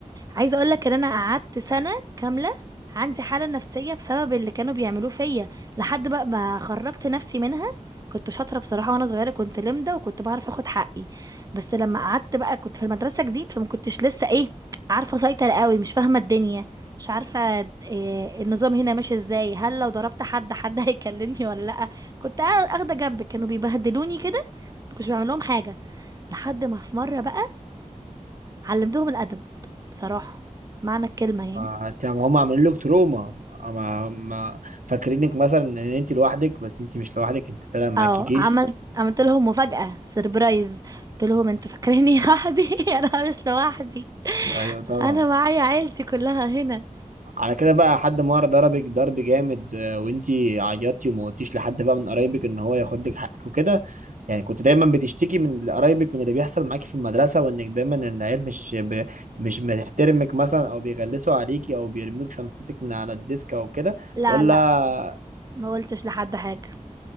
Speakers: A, on the right; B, on the right.
A: عايزه اقول لك ان انا قعدت سنه كامله عندي حاله نفسيه بسبب اللي كانوا بيعملوه فيا لحد بقى ما خرجت نفسي منها كنت شاطره بصراحه وانا صغيره كنت لمده وكنت بعرف اخد حقي بس لما قعدت بقى كنت في المدرسه جديد فما كنتش لسه ايه عارفه اسيطر قوي مش فاهمه الدنيا مش عارفه إيه النظام هنا ماشي ازاي هل لو ضربت حد حد <laughs> هيكلمني ولا لا كنت اخده جنب كانوا بيبهدلوني كده كنتش بعمل لهم حاجه لحد ما في مره بقى علمتهم الادب بصراحه معنى الكلمه يعني
B: ما انت- ما هم عاملين لك تروما ما ما فاكرينك مثلا ان انت لوحدك بس انت مش لوحدك انت طالع معاكي
A: اه
B: جيش
A: عملت عملت لهم مفاجأة سيربرايز قلت لهم انتوا فاكريني لوحدي <laughs> انا مش لوحدي
B: ايوه طبعا
A: انا معايا عيلتي كلها هنا
B: على كده بقى حد مره ضربك ضرب جامد آه، وانت عيطتي وما قلتيش لحد بقى من قرايبك ان هو ياخد لك حقك وكده يعني كنت دايما بتشتكي من قرايبك من اللي بيحصل معاكي في المدرسه وانك دايما إن العيال مش ب... مش بتحترمك مثلا او بيغلسوا عليكي او بيرموك شنطتك من على الديسك او كده
A: لا
B: ولا
A: لا ما قلتش لحد حاجة